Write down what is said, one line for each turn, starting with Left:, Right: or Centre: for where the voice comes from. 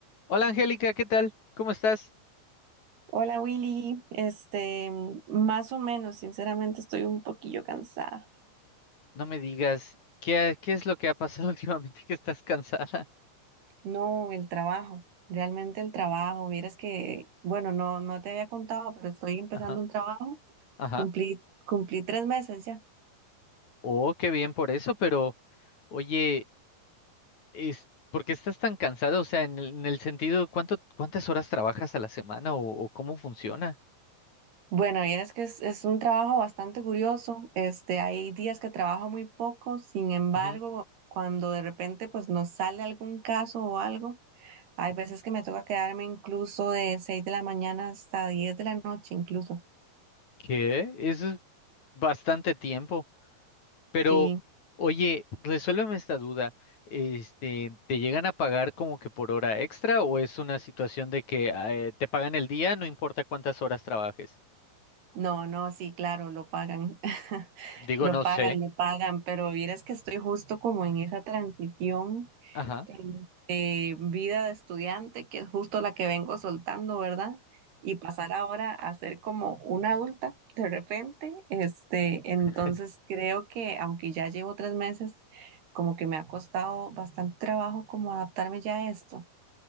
Left: Hola Angélica, ¿qué tal? ¿Cómo estás?
Right: Hola Willy, este, más o menos, sinceramente estoy un poquillo cansada.
Left: No me digas, ¿qué, ha- qué es lo que ha pasado <laughs> últimamente que estás cansada?
Right: No, el trabajo, realmente el trabajo. Vieras que, bueno, no, no te había contado, pero estoy empezando
Left: Ajá,
Right: un trabajo.
Left: ajá.
Right: Cumplí, cumplí tres meses ya.
Left: Oh, qué bien por eso, pero oye, es, ¿por qué estás tan cansada? O sea, en el, en el sentido, ¿cuánto, cuántas horas trabajas a la semana o, o cómo funciona?
Right: Bueno, vieras que es, es un trabajo bastante curioso. Este, hay días que trabajo muy poco, sin embargo,
Left: Ujú,
Right: cuando de repente pues nos sale algún caso o algo, hay
Left: ujú.
Right: veces que me toca quedarme incluso de seis de la mañana hasta diez de la noche incluso.
Left: ¿Qué? Eso es bastante tiempo. Pero,
Right: Sí,
Left: oye, resuélveme esta duda. Este, ¿te llegan a pagar como que por hora extra o es una situación de que ah, eh, te pagan el día, no importa cuántas horas trabajes?
Right: No, no, sí, claro, lo pagan, <laughs>
Left: Digo,
Right: lo
Left: no
Right: pagan,
Left: sé.
Right: le pagan, pero vieras que estoy justo como en esa transición
Left: Ajá.
Right: entre vida de estudiante, que es justo la que vengo soltando, ¿verdad? Y pasar ahora a ser como una adulta de repente, este, entonces
Left: <laughs>
Right: creo que aunque ya llevo tres meses, como que me ha costado bastante trabajo como adaptarme ya a esto.